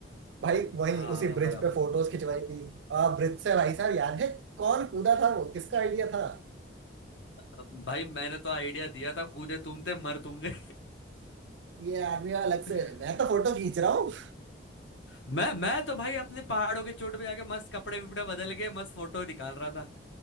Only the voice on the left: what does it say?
हाँ
बराबर
अ, भाई मैंने तो आइडिया दिया था कूदे तुम थे मर तुम गए
<laughs>
मैं मैं तो भाई अपने पहाड़ों के चोट पे जाके मस्त कपड़े विपड़े बदल के मस्त फोटो निकाल रहा था